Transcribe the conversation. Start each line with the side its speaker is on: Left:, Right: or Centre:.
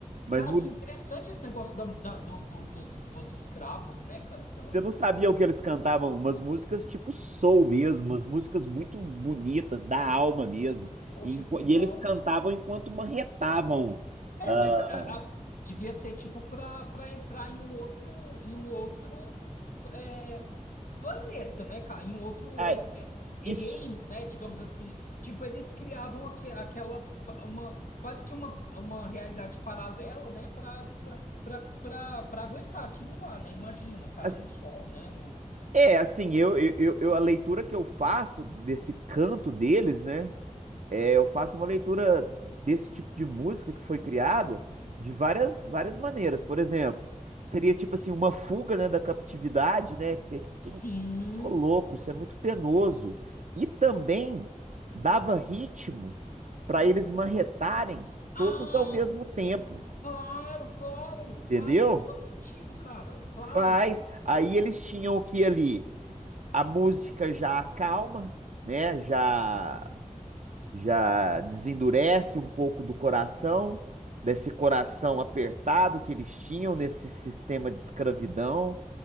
Right: mas
Left: Cara,
Right: mu-
Left: que interessante esse negócio da- da- do- do- dos, dos escravos, né? Cantando,
Right: Você não
Left: põe.
Right: sabia o que eles cantavam? Umas músicas tipo soul mesmo, umas músicas muito bonitas, da alma mesmo.
Left: Poxa,
Right: E, enqu-
Left: que legal,
Right: e eles cantavam
Left: cara.
Right: enquanto marretavam.
Left: É,
Right: Ah,
Left: mas a- a- devia ser tipo para para entrar em um outro em um outro é, planeta, né, cara? Em um outro
Right: ah,
Left: é, é, é
Right: isso,
Left: reino, né? Digamos assim. Tipo, eles criavam aque- aquela uma quase que uma, uma realidade paralela, né? Para para aguentar aquilo lá, né? Imagina o cara
Right: as-
Left: no sol, né? No
Right: é, assim, eu, eu, eu- eu- a leitura que eu faço desse canto deles, né? é, eu faço uma leitura desse tipo de música que foi criada de várias, várias maneiras. Por exemplo, seria tipo assim, uma fuga, né, da captividade, né? Porque
Left: sim.
Right: quem Ô, louco, isso é muito penoso. E também dava ritmo para eles marretarem
Left: Ah,
Right: todos ao mesmo tempo,
Left: claro, claro, claro.
Right: entendeu?
Left: Faz todo sentido, cara. Claro.
Right: Faz. Aí eles tinham o que ali? A música já acalma, né? Já já desendurece um pouco do coração, desse coração apertado que eles tinham nesse sistema de escravidão.